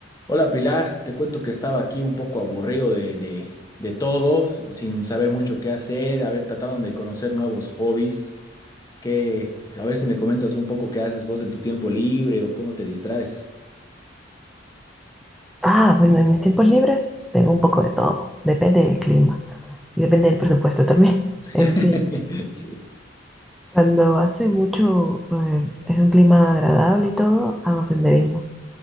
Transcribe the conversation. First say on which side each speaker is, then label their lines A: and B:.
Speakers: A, on the left; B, in the centre.
A: Hola Pilar, te cuento que estaba aquí un poco aburrido de, de, de todo, s- sin saber mucho qué hacer, a ver, tratando de conocer nuevos hobbies, que, a ver si me comentas un poco qué haces vos en tu tiempo libre o cómo te distraes.
B: Ah, bueno, en mis tiempos libres tengo un poco de todo. Depende del clima y depende del presupuesto también <laughs>
A: <laughs>
B: en sí.
A: Sí.
B: Cuando hace mucho, eh, es un clima agradable y todo, hago senderismo.